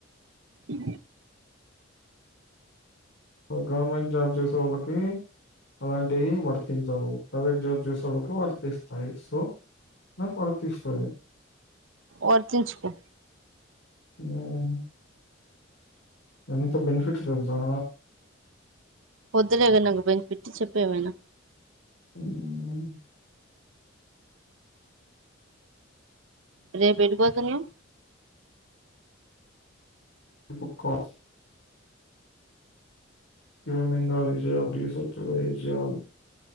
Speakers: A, on the right; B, on the left.
A: ఉ
B: గవర్నమెంట్ జాబ్ చేసే వాళ్ళకి అలాంటివి వర్తించవు ప్రైవేట్ జాబ్ చేసే వాళ్ళకి వర్తిస్తాయి సో నాకు వర్తిస్తాది
A: వర్తించుకో
B: ఉమ్ ఎంత బెనిఫిట్స్ తెలుసా
A: వొద్దులేే నాకు బెనిఫిట్స్ చెప్పు ఏమైనా
B: <unintelligible>
A: రేపు ఎటుపోతునవ్
B: క్ కస్ ఈవినింగ్ <unintelligible> <unintelligible>